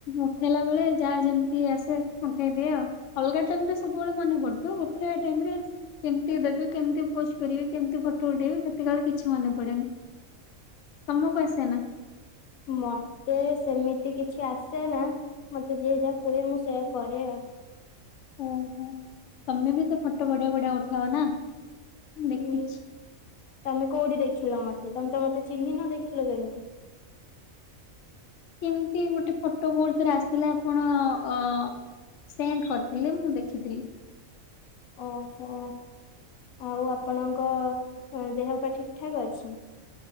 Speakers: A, on the left; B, on the left.
A: ଉଠେଇଲା ବେଳେ ଯାହା ଯେମିତି ଆସେ ଉଠେଇଦିଏ ଆଉ ଅଲଗା ଟାଇମ୍ ରେ ସବୁବେଳେ ମନେ ପଡ଼ୁଥିବ, ଉଠେଇବା ଟାଇମ୍ ରେ କେମିତି ଦେବେ, କେମିତି ପୋଜ୍ କରିବେ, କେମିତି ଫଟୋ ଉଠେଇବେ, ସେତେବେଳେ କିଛି ମନେ ପଡ଼େନି। ତମକୁ ଆସେ ନା?
B: ମତେ ସେମିତି କିଛି ଆସେନା। ମତେ ଯିଏ ଯାହା କୁହେ, ମୁଁ ସେଇୟା କରେ ଆଉ।
A: ଉ, ହୁଁ। ତମେ ବି ତ ଫଟୋ ବଢ଼ିଆ ବଢ଼ିଆ ଉଠାଅ ନା? ଦେଖିଛି।
B: ହୁଁ, ତମେ କୋଉଠି ଦେଖିଲ ମତେ? ତମେ ତ ମତେ ଚିହ୍ନିନ? ଦେଖିଲ କେମିତି?
A: ଏମିତି ଗୋଟେ ଫଟୋ କଉଥରେ ଆସିଥିଲା, ଆପଣ ଅ ସେଣ୍ଡ କରିଥିଲେ, ମୁଁ ଦେଖିଥିଲି।
B: ଓହୋ, ଆଉ ଆପଣଙ୍କ ଦେହ-ପା ଠିକ୍ ଠାକ୍ ଅଛି?